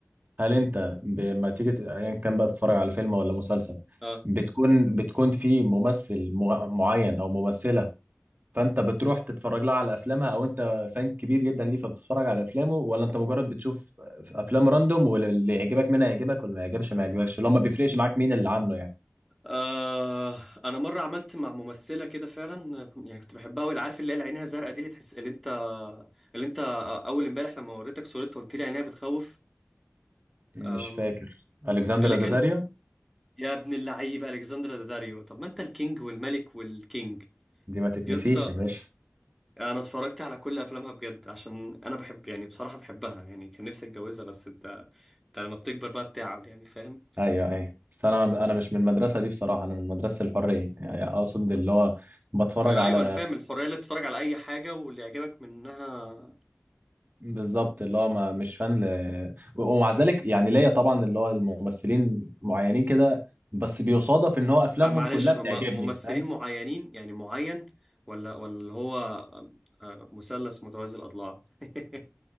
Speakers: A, on the right; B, in the centre.
A: هل انت لما تيجي ت- ايا كان بقى تتفرج على فيلم ولا مسلسل
B: آه.
A: بتكون بتكون في ممثل مع- معين او ممثله فانت بتروح تتفرج لها على افلامها او انت فان كبير جدا ليه فبتتفرج على افلامه ولا انت مجرد بتشوف افلام راندوم واللي يعجبك منها يعجبك واللي ما يعجبش ما يعجبكش اللي هو ما بيفرقش معاك مين اللي عامله يعني
B: آه أنا مرة عملت مع ممثلة كده فعلا كنت- يعني كنت بحبها أوي عارف اللي هي اللي عينها زرقاء دي اللي تحس اللي أنت اللي أنت آه، أول إمبارح لما وريتك صورتها قلت لي عينيها بتخوف
A: مش
B: آم.
A: فاكر الكسندر
B: اللي
A: داداريو
B: كانت يا ابن اللعيبة ألكسندرا داداريو طب ما أنت الكينج والملك والكينج
A: دي ما تتنسيش
B: يس
A: يا باشا
B: انا اتفرجت على كل افلامها بجد عشان انا بحب يعني بصراحه بحبها يعني كان نفسي اتجوزها بس انت انت لما بتكبر بقى بتعب يعني فاهم
A: ايوه ايوه بس انا انا مش من المدرسه دي بصراحه انا من مدرسه الحريه يعني اقصد اللي هو بتفرج
B: لا،
A: على
B: ايوه انا فاهم الحريه اللي تتفرج على اي حاجه واللي يعجبك منها
A: بالظبط اللي هو ما مش فان ل... ومع ذلك يعني ليا طبعا اللي هو الممثلين معينين كده بس بيصادف ان هو افلامهم
B: آه، معلش
A: كلها بتعجبني
B: هما ممثلين
A: فاهم
B: معينين يعني معين ولا ولا اللي هو آه، آه، مثلث متوازي الاضلاع <laughs>